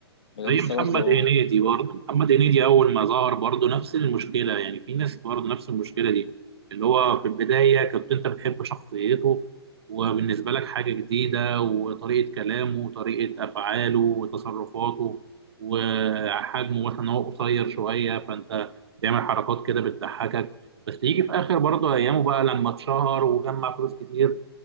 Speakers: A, on the left; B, on the right.
A: بقى
B: زي
A: لسه
B: محمد
A: برضه
B: هنيدي برضه محمد هنيدي اول ما ظهر برضه نفس المشكله يعني في ناس برضه نفس المشكله دي اللي هو في البدايه كنت انت بتحب شخصيته وبالنسبه لك حاجه جديده وطريقه كلامه وطريقه افعاله وتصرفاته وحجمه مثلا هو قصير شويه فانت بيعمل حركات كده بتضحكك بس يجي في اخر برضه ايامه بقى لما اتشهر وجمع فلوس كتير